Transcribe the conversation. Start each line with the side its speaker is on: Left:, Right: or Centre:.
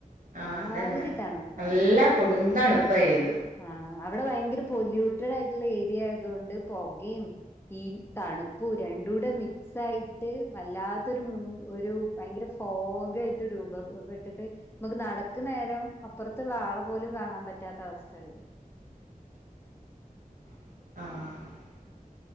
Right: ആഹ്
Left: അമാതിരി
Right: അതന്നെ
Left: തണ്പ്പാണ്
Right: നല്ല കൊടുന്തണുപ്പായിരിക്കും
Left: ആഹ് അവിടെ ഭയങ്കര പൊല്യൂട്ടഡ് ആയിട്ടുള്ള ഏരിയ ആയതൊണ്ട് പുകയും ഈ തണുപ്പ് രണ്ടൂടെ മി ആയിട്ട് വല്ലാത്തൊരു ഒരു ഭയങ്കര ഫോഗ് ആയിട്ട് രൂപപ്പെട്ടിട്ട് നമുക്ക് നടക്ക് നേരം അപ്പുറത്തുള്ള ആളെ പോലും കാണാൻ പറ്റാത്ത അവസ്ഥ വരും
Right: ആഹ്